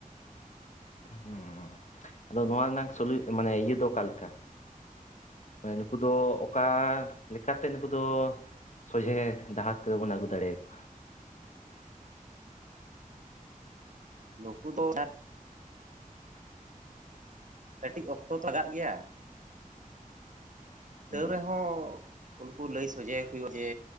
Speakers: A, on the left; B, on the right.
A: ᱦᱩᱸ ᱟᱫᱚ ᱱᱚᱣᱟ ᱨᱮᱱᱟᱜ ᱢᱟᱱᱮ ᱤᱭᱟᱹ ᱫᱚ ᱚᱠᱟ ᱞᱮᱠᱟ? ᱱᱩᱠᱩ ᱫᱚ ᱚᱠᱟ ᱞᱮᱠᱟ ᱛᱮ ᱱᱩᱠᱩ ᱫᱚ ᱥᱚᱡᱷᱮ ᱰᱟᱦᱟᱨ ᱛᱮᱫᱚ ᱵᱚᱱ ᱟᱹᱜᱩ ᱫᱟᱲᱮᱭᱟ ᱠᱚᱣᱟ᱾
B: ᱱᱩᱠᱩ ᱫᱚ ᱠᱟᱹᱴᱤᱡ ᱚᱠᱛᱚ ᱛᱚ ᱞᱟᱜᱟᱜ ᱜᱮᱭᱟ᱾ <inaudible> ᱛᱟᱹᱣ
A: ᱦᱩᱸ
B: ᱨᱮᱦᱚᱸ ᱩᱱᱠᱩ ᱞᱟᱹᱭ ᱥᱚᱡᱷᱮ ᱟᱠᱚ ᱦᱩᱭᱩᱜᱼᱟ ᱡᱮ